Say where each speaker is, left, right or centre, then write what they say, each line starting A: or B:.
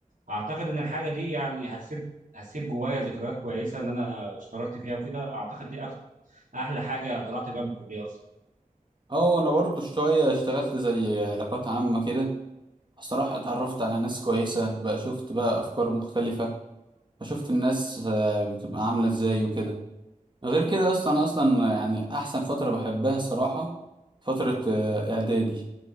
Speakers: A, on the right; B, on the right.
A: اعتقد ان الحاجه دي يعني هتسيب هتسيب جوايا ذكريات كويسه ان انا اشتركت فيها وكده اعتقد دي أك... احلى حاجه طلعت بيها من الكليه اصلا
B: أه أنا برضه شوية اشتغلت زي علاقات عامة كده الصراحة اتعرفت على ناس كويسة بقى شفت بقى أفكار مختلفة فشفت الناس آه، بتبقى عاملة ازاي وكده غير كده يا اسطى انا اصلا يعني احسن فترة بحبها الصراحة فترة آه، اعدادي